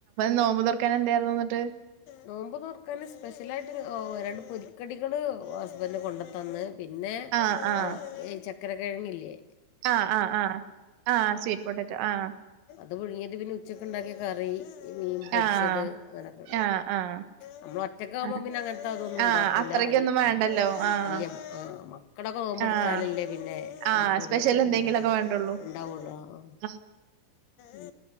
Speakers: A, on the right; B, on the left.
A: നോമ്പ് തൊറക്കാൻ എന്തായിരുന്നു എന്നിട്ട്?
B: നോമ്പോ തൊർക്കാൻ സ്പെഷ്യലായിട്ട് ഒരണ്ട് പൊരി കടികള് ഹസ്ബൻഡ് കൊണ്ടുത്തന്ന് പിന്നെ
A: ആഹ്, ആഹ്,
B: ഒ ചക് ചക്ര കിഴങ്ങില്ലേ
A: ആഹ് ആഹ് ആഹ് ആഹ സ്വീറ്റ് പൊട്ടാറ്റോ ആഹ്
B: അത് പുഴുങ്ങിത് പിന്നെ ഉച്ചക്ക്ണ്ടാക്കിയ കറി മീൻ പൊരിച്ചത്
A: ആഹ്,
B: അങ്ങനൊക്കെ
A: ആഹ്, ആഹ്,
B: നമ്മൾ ഒറ്റക്കെ ആവുമ്പോ
A: ആഹ്.
B: പിന്നെ അങ്ങൻത്തെ തൊന്നും
A: ആഹ്
B: ഉണ്ടാക്കൂല
A: അത്രയ്ക്കൊന്നും
B: അല്ല
A: വേണ്ടല്ലോ.
B: ആ
A: ആഹ്,
B: ഇല്ല ആ മക്കളൊക്കെ നോമ്പടുത്താലല്ലേ
A: ആഹ്,
B: പിന്നെ നമ്മുക്കൊരുന്ത
A: ആഹ് സ്പെഷ്യൽ എന്തെങ്കിലൊക്കെ വേണ്ടുള്ളൂ.
B: ഉണ്ടാവുള്ളു ആ
A: ആഹ്.
B: ആ